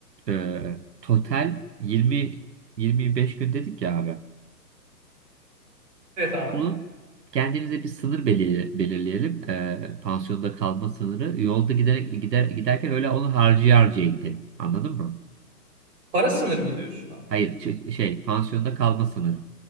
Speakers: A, on the right; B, on the right.
A: Ee, total 20 25 gün dedik ya abi.
B: Evet abi.
A: Bunun kendimize bir sınır belir- belirleyelim. Ee, pansiyonda kalma sınırı. Yolda giderek gider giderken öyle onu harcaya harcaya gidelim. Anladın mı?
B: Para sınırı mı diyorsun abi?
A: Hayır, ç- şey, pansiyonda kalma sınırı.